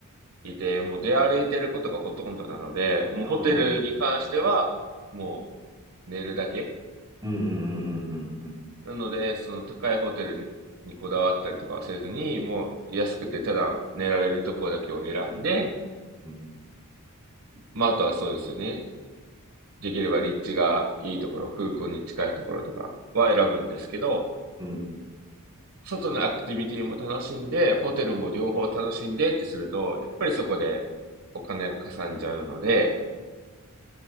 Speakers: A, on the right (about 80°); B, on the right (about 20°).
A: いてもう出歩いてることがほとんどなので、もうホテルに関してはも
B: そ
A: う寝るだけ。
B: ううんうんうんうんうん
A: なので、その高いホテルにこだわったりとかはせずに、もう安くてただ寝られるところだけを選んで、
B: うん
A: まあ、あとはそうですよね。できれば立地がいいところ、空港に近いところとかは選ぶんですけど、
B: うん。
A: 外のアクティビティも楽しんで、ホテルも両方楽しんでってすると、やっぱりそこでお金がかさんじゃうので、